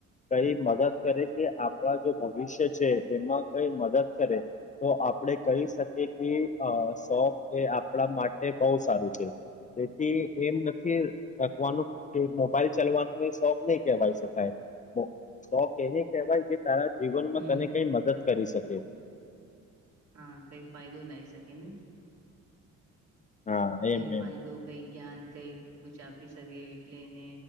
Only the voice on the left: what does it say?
કઈ મદદ કરે કે આપણા જો ભવિષ્ય છે એમાં કઈ મદદ કરે તો આપડે કહી શકીએ કે શોખ અ આપડા માટે બહ સારું છે તેથી એમ નથી લાગતું કે મોબાઈલ ચાલવાનો એ શોખ નહી કહેવાય શકાય શોખ એ ન કહેવાય જે તારા જીવનમાં
તને કઈ મદદ કરી શકે.
હા
એમ
એમ.